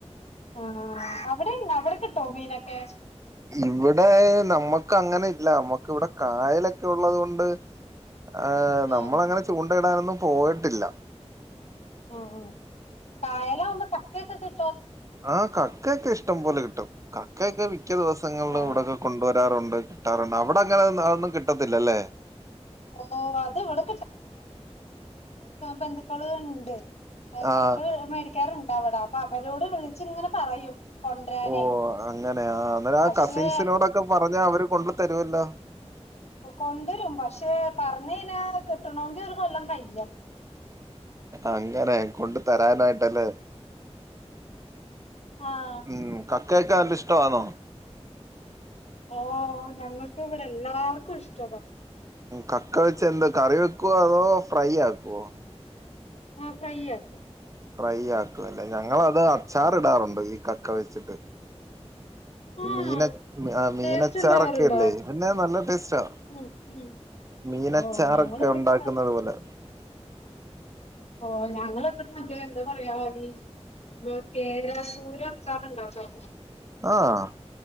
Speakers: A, on the left (about 70°); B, on the right (about 30°).
A: ആഹ് അവിടെ ഇണ്ട അവിടെ കിട്ടോ മീനൊക്കെ
B: ഇവിടെ നമ്മക്ക് അങ്ങനെ ഇല്ല നമ്മക്ക് ഇവടെ കായലൊക്കെ ഉള്ളത് കൊണ്ട് ആ
A: ആഹ്
B: നമ്മളങ്ങനെ ചൂണ്ടയിടാനൊന്നും പോയിട്ടില്ല.
A: ആ ആ കായലാവുമ്പോ കക്കയെക്കെ കി
B: ആ ക കക്കയ്ക്കക്ക് ഇഷ്ടം പോലെ കിട്ടും കക്കൊക്കെ വി മിക്ക ദിവസങ്ങളിൽ
A: ആഹ്
B: ഇവിടെക്കെ കൊണ്ടുവരാ ട്ടാറുണ്ട് കിട്ടാറുണ്ട് അവിടെ അങ്ങനെ അതൊന്നും കിട്ടത്തില്ലല്ലേ
A: ഓ അത് ഇവിടെ ബന്ധുക്കൾ ണ്ട്
B: ആഹ്
A: കക്ക് മേടിക്കാറുണ്ട് വിട അപ്പൊ അവരോട് വിളിച്ചച്ച് ഇങ്ങനെ പറയും കൊണ്ടരാനേ
B: ഓ അങ്ങനെയ അങ്ങനെ ആ
A: പക്ഷെ
B: കസിൻസിനോടൊക്കെ പറഞ്ഞ അവര് കൊണ്ട് തരുവല്ലോ
A: കൊണ്ടുവരും പക്ഷെ പറഞ്ഞ കഞ്ഞാ കിട്ടണമെങ്കി ഒരു കൊല്ലം കഴും
B: അങ്ങനെ കൊണ്ട് തരാനായിട്ട് ല്ലേ
A: ആഹ്
B: ഉം ക കേൾക്കാൻിഷ്ടമാണോ
A: ഓ ഞങ്ങൾക്കും ഇവിടെ എല്ലാർക്കും ഇഷ്ട
B: കക്കളിച്ച എന്ത കറി വെക്കുവോ അതോ ഫ്രൈ ആക്കുവോ
A: ആ ഫ്രൈ ആക്കും
B: ഫ്രൈ ആക്കും അല്ലേ ഞ ഞങ്ങളത് അച്ചാറി
A: ഉം
B: ഇടാറുണ്ട് ഈ കക്ക വ ചിട്ട്
A: ആഹ്
B: മീന മീനച്ചാറൊക്കെല്ലേ
A: ടേസ്റ്റ് ഉണ്ടാവാറുണ്ടോ
B: പിന്നെ നല്ല ടേസ്റ്റാ
A: ഉം ഉം
B: മീനച്ചാറൊക്കെ
A: ഓഹ് ഞങ്ങളിവിടെ
B: ഉണ്ടാക്കുന്നുന്നത് പോലെ
A: ഓ ഞങ്ങ എവിടെ മറ്റ എന്താ പറയാ ഈ കേരസൂര് അച്ചാറണ്ടട്ടോ
B: ആഹ